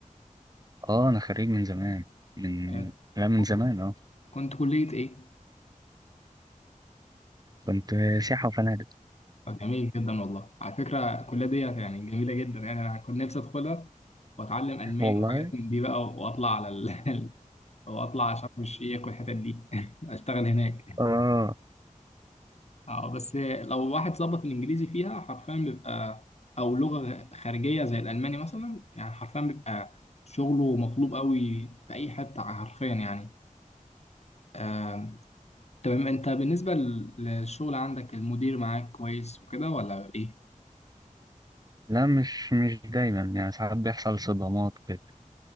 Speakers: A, on the right (about 30°); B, on the left (about 50°).
A: اه انا خريج من زمان من
B: آه،
A: لا من
B: كنت
A: زمان اه
B: كنت كليه ايه؟
A: كنت سياحه وفنادق
B: آه، جميل جدا والله على فكرة الكلية دي يعني جميلة جدا يعني أنا كنت نفسي أدخلها وأتعلم ألماني
A: <laughs> والله
B: وحاجات من دي بقى وأطلع على ال... <laughs> وأطلع على شرم الشيخ والحتت دي <laughs> أشتغل هناك
A: اه
B: أه بس لو واحد ظبط الإنجليزي فيها حرفيا بيبقى أو لغة خارجية زي الألماني مثلا يعني حرفيا بيبقى شغله مطلوب قوي في أي حتة حرفيا يعني آه، تمام أنت بالنسبة للشغل عندك المدير معاك كويس وكده ولا إيه؟
A: لا مش مش دايما يعني ساعات بيحصل صدمات كده